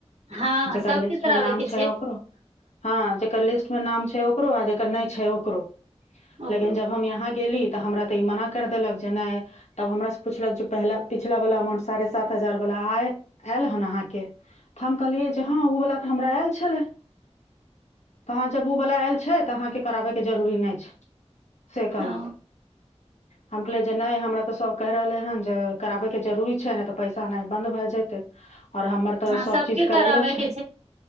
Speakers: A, on the right (about 85°); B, on the left (about 80°).
A: हँ
B: जकर
A: सबके
B: लिस्ट
A: कराबै
B: मे नाम
A: के
B: छै ओकरो हँ जेकर लिस्ट मे नाम छै ओकरो आ जकर नहि छै ओकरो लेकिन
A: ओकरो
B: जब हम यहाँ गेली। तऽ हमरा तऽ ई मना कर देलक जे नहि तब हमरा से पुछलक जे प पिछला वाला अउंट सारे सात हजार वाला आयल आहा के तऽ हम कहलियए जे हँ ओ वालला के हमरा आयल। तहाँ जब ओ वला आयल छै तऽ अहाँके कराबैके जरूरी नहि छै। सेकलक
A: ओ
B: हम ै नहि हमरा तऽ सब कहि रहलै हँ जे कराबैके जरुररी छै नहि पैसा नहि बन्द भए जतै आओर हमर तऽ
A: हँ
B: सब
A: सबके
B: चीज करेलो
A: कराबै
B: छै
A: के